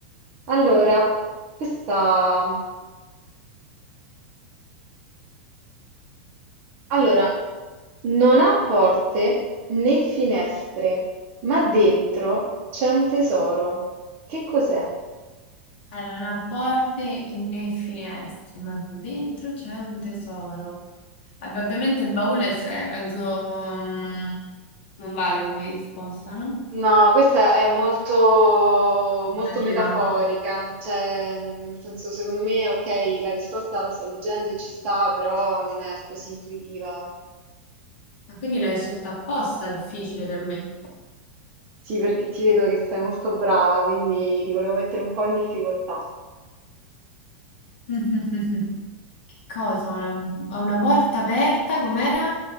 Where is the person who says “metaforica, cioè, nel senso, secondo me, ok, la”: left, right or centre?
Right